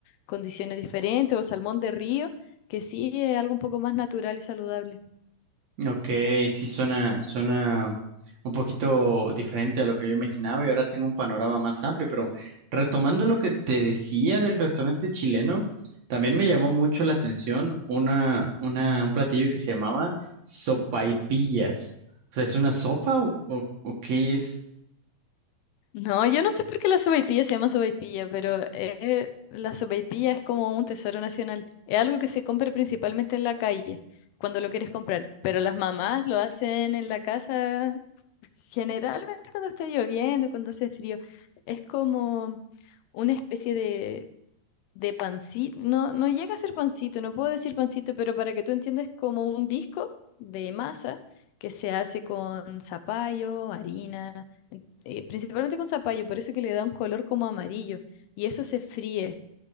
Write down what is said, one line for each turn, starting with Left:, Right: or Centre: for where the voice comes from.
Left: condiciones diferentes, o salmón de río, que sí es algo un poco más natural y saludable.
Right: Ok, sí suena, suena un poquito diferente a lo que yo imaginaba y ahora tengo un panorama más amplio, pero retomando lo que te decía del restaurante chileno, también me llamó mucho la atención una, una, un platillo que se llamaba sopaipillas. O sea, ¿es una sopa o, o, o qué es?
Left: No, yo no sé por qué la sopaipilla se llama sopaipilla, pero eh, la sopaipilla es como un tesoro nacional. Es algo que se compra principalmente en la calle, cuando lo quieres comprar, pero las mamás lo hacen en la casa Generalmente cuando está lloviendo, cuando hace frío, es como una especie de, de pancito. No, no llega a ser pancito, no puedo decir pancito, pero para que tú entiendas, como un disco de masa que se hace con zapallo, harina, en- eh, principalmente con zapallo, por eso que le da un color como amarillo. Y eso se fríe.